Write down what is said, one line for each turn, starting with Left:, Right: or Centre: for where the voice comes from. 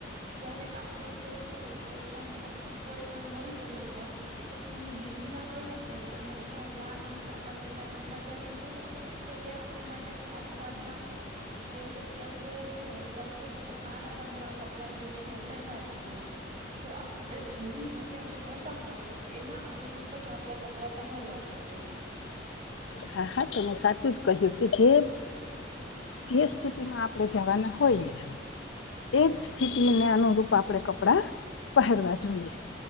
Right: ક્યારેક આપણે જે છે એ કોઈ પણ કોઈ પણ મરી ગયું હોય. તો તેની વિધિમાં ગયા હોય અને ત્યાં લાલ લીલા કલરના કપડાં પહેરીને ગયા હોય તો એ આપણે માટે સારી વાત ના કહેવાય કેમ કે ત્યાં જે છે સફેદ અને કાળા રંગના ના કપડાં જે છે એ પહેરાતા હોય છે તો આપણે જેવી જગ્યાએ જતા હોયએ એના અનુરૂપ જ આપણે કપડાં પહેરવા જોઈએ
Left: હા હા તો મેં સાચું જ કહ્યું કે જે જે સ્થિતિમાં આપણેે જવાના હોઈએ એજ સ્થિતિને અનુરૂપ આપણેે કપડાં પહેરવા જોઈએ